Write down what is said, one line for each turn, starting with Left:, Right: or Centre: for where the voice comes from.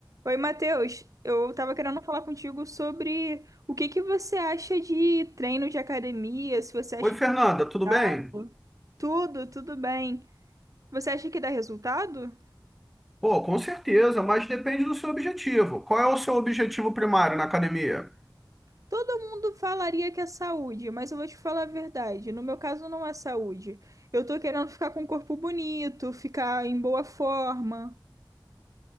Right: Oi, Matheus. Eu tava querendo falar contigo sobre o que que você acha de treino de academia, se você acha
Centre: Oi, Fernanda,
Right: que
Centre: tudo
Right: dá.
Centre: bem?
Right: Tudo, tudo bem. Você acha que dá resultado?
Centre: Pô, com certeza, mas depende do seu objetivo. Qual é o seu objetivo primário na academia?
Right: Todo mundo falaria que é saúde, mas eu vou te falar a verdade. No meu caso, não é saúde. Eu tô querendo ficar com um corpo bonito, ficar em boa forma.